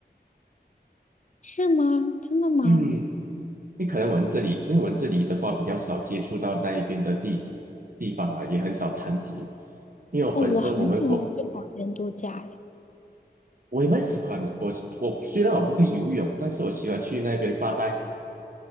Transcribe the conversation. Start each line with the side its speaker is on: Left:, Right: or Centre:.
Left: 是吗？真的吗？
Right: 嗯，因为可能我们这里，因为我们这里的话比较少接触到那一边的地地方啊，也很少谈及。因为我本身我们国
Left: 哦，我很喜欢去海边度假呀！
Right: 我也蛮喜欢的，我我虽然我不会游泳，但是我喜欢去那边发呆。